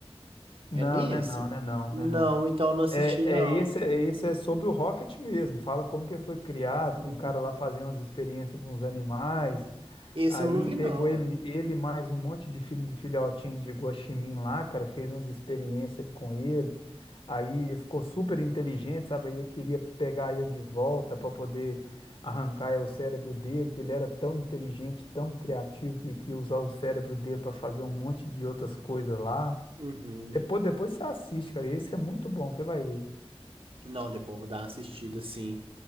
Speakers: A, on the left (about 60°); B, on the right (about 60°).
A: Não,
B: É nesse?
A: né, não, né, não,
B: Não,
A: né, não.
B: então eu não assisti,
A: É,
B: não.
A: é esse, é esse é sobre o Rocket mesmo. Fala como que ele foi criado,
B: Hum.
A: que um cara lá fazia umas experiências com os animais,
B: Esse
A: aí
B: eu não vi,
A: pegou
B: não.
A: ele,
B: ué.
A: ele mais um monte de filho de filhotinho de guaxinim lá, cara, fez umas experiências com ele. Aí ele ficou super inteligente, sabe? Aí eu queria pegar ele de volta para poder arrancar eh, o cérebro dele, que ele era tão inteligente, tão criativo, que, que ia usar o cérebro dele para fazer um monte de outras coisas lá.
B: Uhum.
A: Depois, depois você assiste, cara. Esse é muito bom, você vai ver.
B: Não, depois eu vou dar uma assistida, sim.